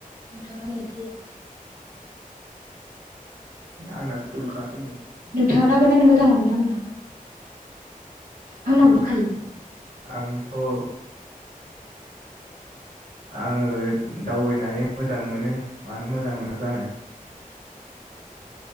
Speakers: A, on the right; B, on the right.
A: नोंथांना नेट गैया
B: आंना फुलखासो नै
A: नोंथांङा दावबायनो मोजां मोनो ना मोना? आंना दंखायो
B: आंथ' औ आङो दावबायनानै मोजां मोनो मानो मोजां मोना जानो।